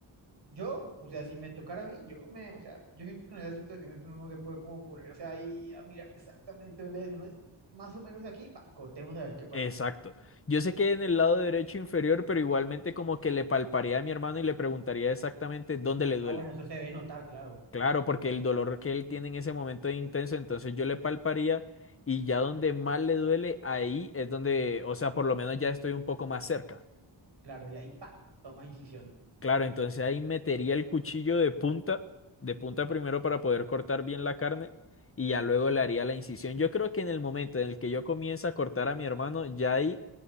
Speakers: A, on the right; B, on the left.
A: Yo, o sea, si me tocara a mí, yo me, o sea, yo siento que en esas situaciones uno no se puede como ponerse ahí a mirar exactamente dónde es. Uno es más o menos aquí, pa, cortemos a ver qué pasa.
B: Exacto. Yo sé que en el lado derecho inferior, pero igualmente como que le palparía a mi hermano y le preguntaría exactamente dónde le duele.
A: Ah, bueno, eso se debe notar, claro.
B: Claro,
A: Eso
B: porque
A: se
B: el dolor
A: debe notar.
B: que él tiene en ese momento es intenso, entonces yo le palparía y ya donde más le duele, ahí es donde, o sea, por lo menos ya estoy un poco más cerca.
A: claro, y ahí, pa, toma incisión.
B: Claro, entonces ahí metería el cuchillo de punta, de punta primero para poder cortar bien la carne y ya luego le haría la incisión. Yo creo que en el momento en el que yo comienza a cortar a mi hermano, ya ahí